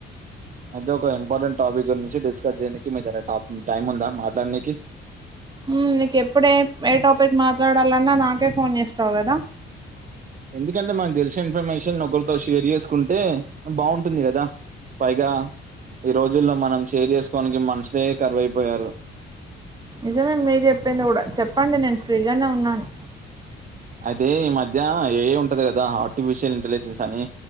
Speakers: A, on the right; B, on the right.
A: అయితే ఒక ఇంపార్టెంట్ టాపిక్ గురించి డిస్కస్ చేయడానికి మీ దగ్గర ట టైమ్ ఉందా మాట్లాడనీకి
B: ఉమ్ నీకు ఎప్పుడ ఏ ఏ టాపిక్ మాట్లాడాలన్నా నాకే ఫోన్ చేస్తావు కదా
A: ఎందుకంటే మాకు తెలిసిన ఇన్ఫర్మేషన్ ఒకల్తో షేర్ చేసుకుంటే బాగుంటుంది గదా పైగా ఈ రోజుల్లో మనం చేర్ చేసుకోడానికి మనుషులే కరువైపోయారు.
B: నిజమే మీరు చెప్పింది గూడా చెప్పండి నేను ఫ్రీగానే ఉన్నాను.
A: అది ఈ మధ్య ఏఐ ఉంటది కదా ఆర్టిఫిషియల్ ఇంటెలిజెన్స్ అని